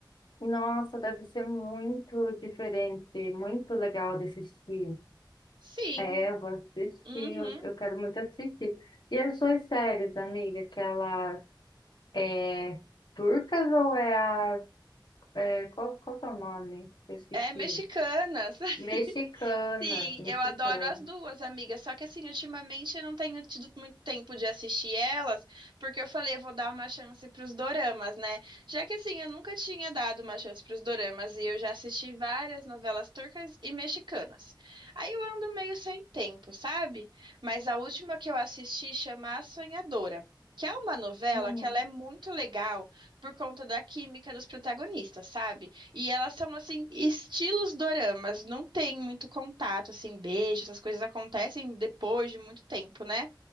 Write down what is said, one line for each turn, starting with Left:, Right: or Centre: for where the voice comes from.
Left: Nossa, deve ser muito diferente, muito legal de assistir.
Right: Sim,
Left: É, eu vou assistir,
Right: uhum,
Left: eu, eu quero muito assistir. E as suas séries, amiga, aquelas é, turcas ou é a. É, qual, qual que é o nome que eu assisti?
Right: é mexicanas. <laughs>
Left: Mexicanas,
Right: Sim,
Left: mexicanas.
Right: eu adoro as duas, amiga. Só que assim, ultimamente eu não tenho tido muito tempo de assistir elas, porque eu falei, eu vou dar uma chance pros doramas, né? Já que assim, eu nunca tinha dado uma chance pros doramas e eu já assisti várias novelas turcas e mexicanas. Aí eu ando meio sem tempo, sabe? Mas a última que eu assisti chama A Sonhadora. Que é uma novela
Left: Hum,
Right: que ela é muito legal por conta da química dos protagonistas, sabe? E elas são, assim, estilos doramas, não tem muito contato, assim, beijo, essas coisas acontecem depois de muito tempo, né?